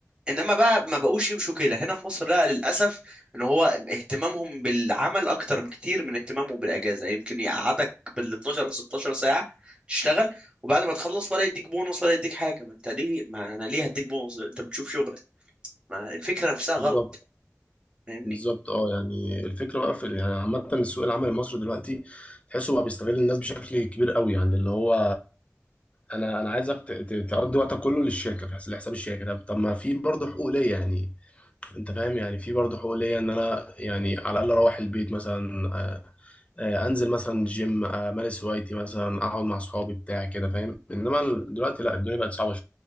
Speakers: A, on the right (about 15°); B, on the left (about 25°).
A: انما بقى ما بقوش يمشوا كده هنا في مصر لا للاسف ان هو اهتمامهم بالعمل اكتر بكتير من اهتمامهم بالاجازه يمكن يقعدك بال 12 16 ساعه تشتغل وبعد ما تخلص ولا يديك بونص ولا يديك حاجه ما انت ليه ما انا ليه هديك بونص انت بتشوف شغلك ما الفكره نفسها غلط
B: بالظبط
A: فاهمني
B: بالظبط اه يعني الفكره بقى في يعني عامه السوق العمل المصري دلوقتي تحسه بقى بيستغل الناس بشكل كبير قوي يعني اللي هو انا انا عايزك ت- ت- تقضي وقتك كله للشركه في حس- لحساب الشركه طب طب ما في برضه حقوق ليا يعني انت فاهم يعني في برضه حقوق ليا ان انا يعني على الاقل اروح البيت مثلا آه، آه، انزل مثلا جيم آه، امارس هوايتي مثلا اقعد مع اصحابي بتاع كده فاهم انما دلوقتي لا الدنيا بقت صعبه